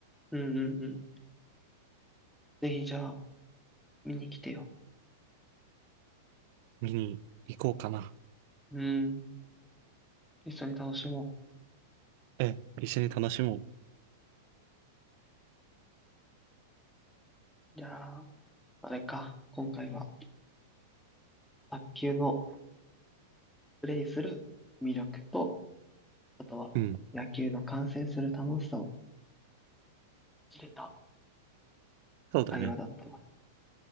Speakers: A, in the centre; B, on the right (about 55°).
A: うんうんうん。ぜひじゃあ、見に来てよ。
B: 見に行こうかな。
A: うん。一緒に楽しも
B: ええ、一緒に楽しもう。
A: う。じゃあ、あれか。今回は、卓球のプレイする魅力と、あとは、
B: うん。
A: 野球の観戦する楽しさを知れた
B: そうだね。
A: 会話だったわ。